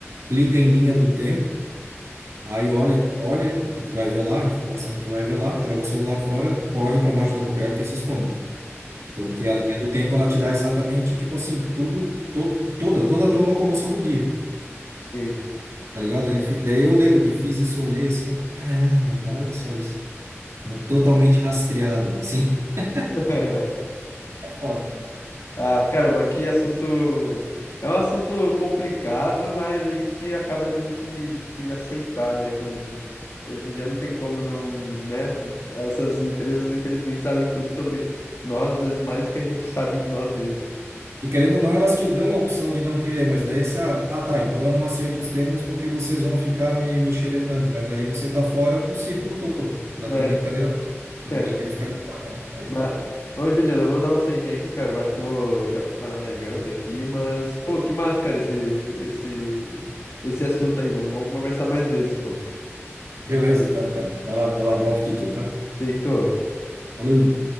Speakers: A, on the right (about 75°); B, on the left (about 70°).
A: clica em linha do tempo Aí olha, olha o que tu vai ver lá, a informação que tu vai ver lá, joga o celular fora, corre para baixo da coberta e se esconde. Porque a linha do tempo ela te dá exatamente, tipo assim, tudo, to, toda, toda a tua locomoção do dia,
B: Sim.
A: tá ligado? Daí tu fi- daí eu lembro que eu fiz isso, eu olhei assim, eu, caramba, cara, olha só isso, né? Totalmente rastreado, assim. <laughs>
B: <laughs>
A: É foda.
B: Ah, caramba, que assunto. É um assunto complicado, mas a gente acaba tendo que, que aceitar, né? Com... Hoje em dia não tem como não, né? Essas empresas, infelizmente, sabem tudo sobre nós, às vezes mais do que a gente sabe de nós mesmos,
A: E querendo ou não, elas te dão a opção de não querer, mas daí você, ah, ah, tá, então eu não aceito os termos porque vocês vão ficar me, me xeretando, mas daí você tá fora do círculo todo, da,
B: né?
A: da brincadeira toda.
B: <laughs>
A: E ninguém quer ficar de fora, né? Aí que
B: Mas,
A: tá.
B: ô Juliana, eu vou dar uma saidinha aqui, cara. Eu acho que eu vou já preparar minha janta aqui, mas, pô, que massa, cara, esse, esse, esse assunto aí. Vamos, vamos conversar mais vezes, pô.
A: Beleza, então, cara. Vai lá, vai lá, bom apetite aí, tá?
B: Feito.
A: Valeu!